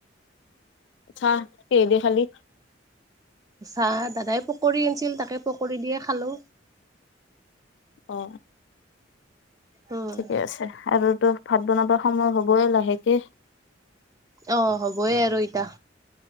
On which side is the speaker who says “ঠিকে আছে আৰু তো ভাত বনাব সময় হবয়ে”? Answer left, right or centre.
Left